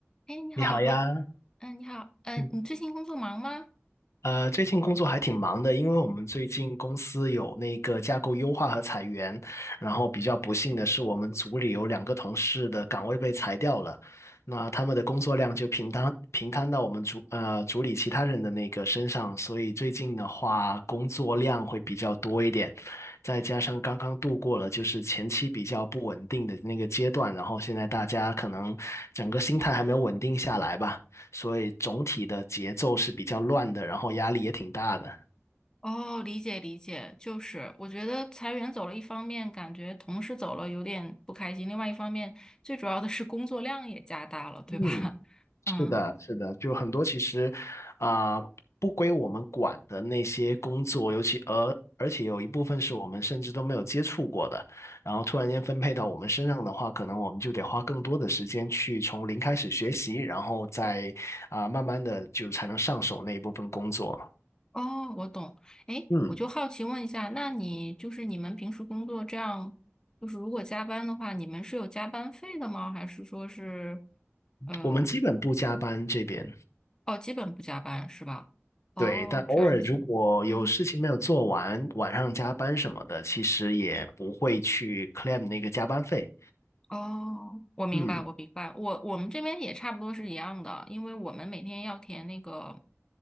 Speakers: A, on the left; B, on the left.
A: 哎，你好，
B: 你好呀，
A: 好，嗯，你好，嗯，
B: 嗯，
A: 你最近工作忙吗？
B: 呃，最近工作还挺忙的，因为我们最近公司有那个架构优化和裁员，然后比较不幸的是，我们组里有两个同事的岗位被裁掉了，那他们的工作量就平摊平摊到我们组呃组里其他人的那个身上，所以最近的话工作量会比较多一点，再加上刚刚度过了就是前期比较不稳定的那个阶段，然后现在大家可能整个心态还没有稳定下来吧。所以总体的节奏是比较乱的，然后压力也挺大的。
A: 哦，理解理解，就是我觉得裁员走了，一方面感觉同事走了有点不开心，另外一方面最主要的是工作量也加大了，对吧？
B: 嗯，
A: <laughs> 嗯，
B: 是的，是的，就很多其实啊、呃不归我们管的那些工作，尤其而而且有一部分是我们甚至都没有接触过的，然后突然间分配到我们身上的话，可能我们就得花更多的时间去从零开始学习，然后再啊、慢慢的就才能上手那一部分工作。
A: 哦，我懂。哎，
B: 嗯，
A: 我就好奇问一下，那你就是你们平时工作这样，就是如果加班的话，你们是有加班费的吗？还是说是呃，
B: 我们基本不加班这边，
A: 哦，基本不加班是吧？哦，
B: 对，但偶尔如果有事情没有做完，
A: 这样子。嗯。
B: 晚上加班什么的，其实也不会去 claim 那个加班费。
A: 哦，我明白，
B: 嗯，
A: 我明白，我我们这边也差不多是一样的，因为我们每天要填那个，